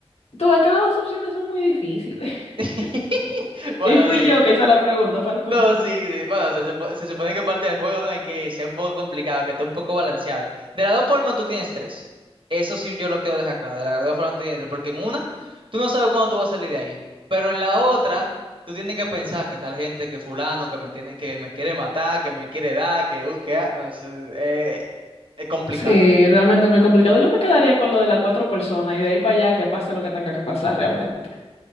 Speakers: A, on the left; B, on the right.
A: tú ves que las dos opciones son muy difíciles. <laughs>
B: <laughs> Bueno,
A: Y fui
B: sí.
A: yo que hice la pregunta, para el colmo.
B: No, sí, sí, Bueno, se, supo- se supone que parte del juego no hay que sea un poco complicado, que esté un poco balanceado. De las dos formas tú tienes tres. Eso sí yo lo quiero dejar claro. De las dos formas tú tienes tres, porque en una tú no sabes cuándo tú vas a salir de ahí, pero en la otra tú tienes que pensar que tal gente, que fulano, que me tiene, que me quiere matar, que me quiere dar, que uh, que ah, no, eso, eh, es complicado.
A: <laughs> Sí, realmente muy complicado. Yo me quedaría con lo de las cuatro personas y de ahí para allá que pase lo que tenga que pasar realmente.